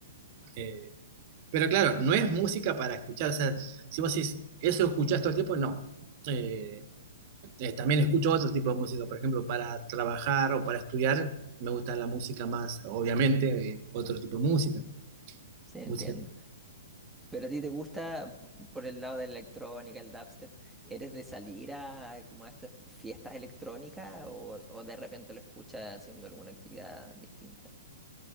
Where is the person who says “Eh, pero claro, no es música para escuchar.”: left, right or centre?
Right